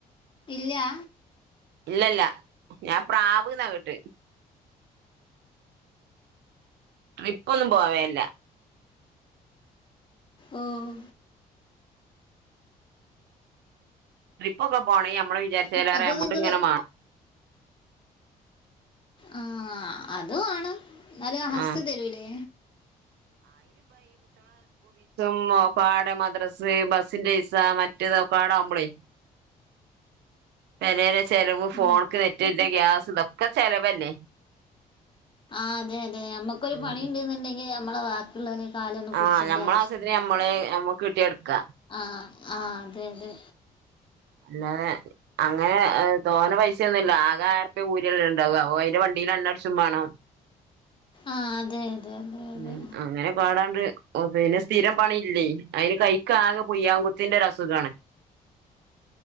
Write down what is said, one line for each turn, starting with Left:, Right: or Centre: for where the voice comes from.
Left: ഇല്യാ
Right: ഇല്ലല്ല ഞാൻ പ്രാവ്ന്ന കേട്ടെ ട്രിപ്പ്‌ ഒന്നും പോവേല്ല
Left: ഓഹ്
Right: ട്രിപ്പ് ഒക്കെ പോവണെങ്കി നമ്മള് വിചാരിചീല്ലാറെമൗണ്ട്
Left: അപ്പൊ നിങ്ങള്
Right: ങ്ങനെ മാണം
Left: ആഹ അത ആണ് എന്നാലും അസ്
Right: ആഹ്
Left: തരൂലേ
Right: ഓ കാ ആട് മദ്രസ് ബസ്സിന്റെ ഇസ മറ്റേത കാെ ആട ആവുമ്പോളേ പെരേലെ ചെലവും ഫോണക്ക്
Left: ഉം.
Right: നെറ്റ് കേറ്റ്ണ് ഗ്യാസ് ഇതൊക്കെ ചെലവല്ലേ?
Left: ആ അതെ അതെ നമ്മക്കൊരു
Right: ഉം
Left: പണി ണ്ട് ന്ണ്ടെങ്കി നമ്മള് ബാക്കി ള്ളോലെ. കാലൊന്നും പുട്ച്ചണ്ടീ
Right: ആഹ് ഞമ്മളെ
Left: ആവശ്യ
Right: ആവശ്യത്തിന്
Left: ഇല്യ
Right: ഞമ്മള് ഞമ്മക്ക് കിട്ടിയ എടുക്കാ
Left: ആഹ. ആ അതെ അതെ.
Right: അല്ലാതെ അങ്ങനെ തോനെ പൈസ ഒന്നുല്ല ആകെ ആയിരുർപ്പ്യ കൂലി അല്ലെ ഉണ്ടാവ അപ്പൊഅയിന്റെ വണ്ടി എണ്ണ ട്‌ച്ചും മാണം.
Left: ആഹ അതെ. അതെ അതെ അതെ
Right: മ് അങ്ങനെ പാടാണ്ട്. ഓ പൈല് സ്ഥിരം പണിലൈ അയിന് കൈക്ക് ആകെ പുയ്യാങ്കുത്തിന്റെ ഒര് അസുഖാണ്.